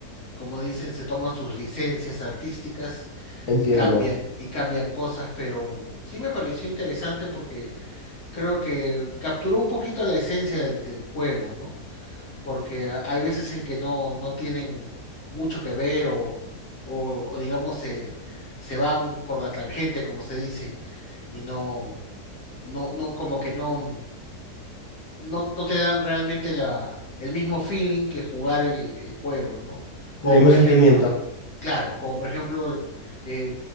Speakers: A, on the left; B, on the left.
A: como dicen, se toman sus licencias artísticas
B: Entiendo.
A: y cambian, y cambian cosas, pero sí me pareció interesante porque creo que capturó un poquito la esencia del, del juego, ¿no? porque a- hay veces en que no, no tienen mucho que ver o, o, o digamos se, se van por la tangente, como se dice, y no, no, no, como que no, no, no te dan realmente la, el mismo feeling que jugar el, el juego, ¿no? Como
B: El mismo
A: por
B: sentimiento.
A: ejemplo, claro, como por ejemplo el- eh,